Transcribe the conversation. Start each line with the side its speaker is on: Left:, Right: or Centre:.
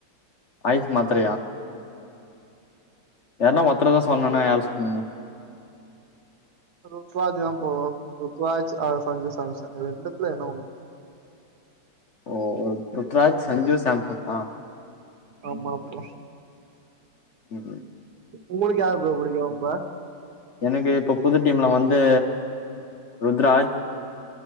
Left: ஆயிஸ் மாத்திரையா யாருன்னா ஒர்த்தரதா சொல்லும்ன்னா யார் சொல்வீங்க
Right: ருத்துவாஜ் தா போகனு ருத்துவாஜ் சஞ்சு சாம்சன் ரெண்டுத்துல எண்ணோ ஒன்னு
Left: ஓ ருத்ராஜ் சஞ்சு சாம்சன் ஆ
Right: ஆமா ப்ரோ
Left: ம்
Right: உங்களுக்கு யார ப்ரோ புடிக்கு ரொம்ப
Left: எனக்கு இப்ப புது டீம்ல வந்து ருத்ராஜ்